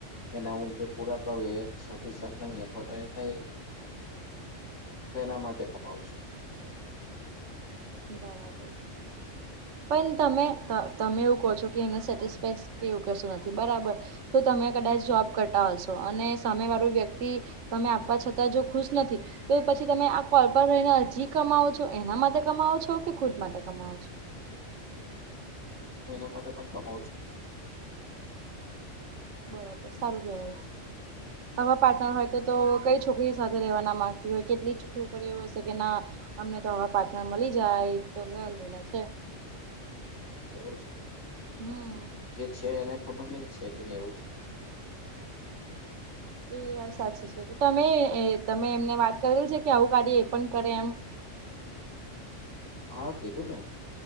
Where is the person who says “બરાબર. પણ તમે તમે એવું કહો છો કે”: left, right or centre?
Right